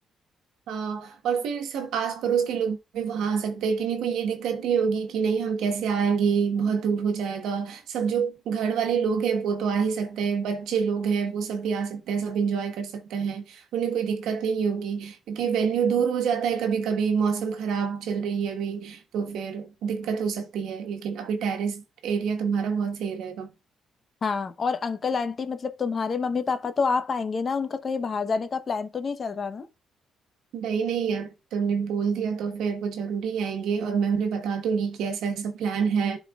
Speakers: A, on the right; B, on the left.
A: हाँ और फिर सब आस पड़ोस के लोग भी वहां आ सकते हैं किन्हीं को ये दिक्कत नहीं होगी कि नहीं हम कैसे आएंगे बहुत दूर हो जाएगा सब जो घर वाले लोग हैं वो तो आ ही सकते हैं बच्चे लोग हैं वो सब भी आ सकते हैं सब एंजॉय कर सकते हैं उन्हें कोई दिक्कत नहीं होगी क्योंकि वेन्यू दूर हो जाता है कभी कभी मौसम खराब चल रही है अभी तो फिर दिक्कत हो सकती है लेकिन अभी टेरेस एरिया तुम्हारा बहुत सही रहेगा
B: हाँ और अंकल आंटी मतलब तुम्हारे मम्मी पापा तो आ पाएंगे ना उनका कहीं बाहर जाने का प्लान तो नहीं चल रहा ना
A: नहीं नहीं अब तुमने बोल दिया तो फिर वो जरूरी आएंगे और मैं उन्हें बता दूंगी कि ऐसा ऐसा प्लान है